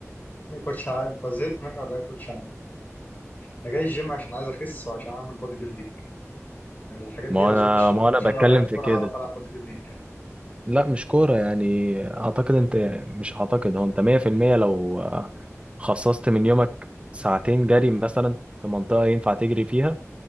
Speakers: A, on the left (about 35°); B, on the right (about 20°).
A: يا كوتش ع- انت زهقت مني ولا ايه يا كوتش انا أنا جاي الجيم عشان عايز اخس وعشان اعمل بودي بيلدينج يعني الحاجات دي
B: ما
A: اظنش
B: انا ما
A: اظنش
B: انا بتكلم
A: انا لو لعبت
B: في
A: كوره
B: كده
A: هعرف العب بودي بيلدينج يعني
B: لا مش كورة يعني اعتقد انت مش اعتقد هو انت 100% لو خصصت من يومك ساعتين جري مثلا في منطقة ينفع تجري فيها